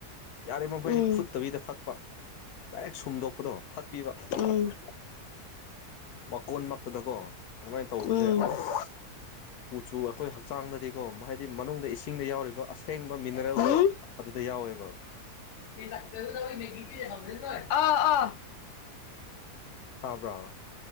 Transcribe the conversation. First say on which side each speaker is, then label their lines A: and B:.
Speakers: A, on the left; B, on the left.
A: ꯌꯥꯔꯤꯕ ꯃꯈꯩꯗꯤ
B: ꯎꯝ
A: ꯐꯨꯠꯇꯕꯤꯗ ꯊꯛꯄ ꯗꯥꯏꯔꯦꯛ ꯁꯨꯝꯗꯣꯛꯄꯗꯣ ꯊꯛꯄꯤꯕ
B: ꯎꯝ
A: ꯋꯥꯀꯣꯟꯃꯛꯇꯗꯀꯣ ꯑꯗꯨꯃꯥꯏꯅ ꯇꯧꯕꯁꯦ
B: ꯎꯝ
A: ꯑꯁ ꯀꯨꯆꯨꯒ ꯑꯩꯈꯣꯏ ꯍꯛꯆꯥꯡꯗꯗꯤꯀꯣ ꯍꯥꯏꯗꯤ ꯃꯅꯨꯡꯗ ꯏꯁꯤꯡꯗ ꯌꯥꯎꯔꯤꯕ ꯑꯁꯦꯡꯕ ꯃꯤꯅꯔꯦꯜꯗꯣ
B: ꯎꯝ
A: ꯑꯗꯨꯗ ꯌꯥꯎꯋꯦꯕ
B: ꯑ ꯑ
A: ꯇꯥꯕ꯭ꯔꯥ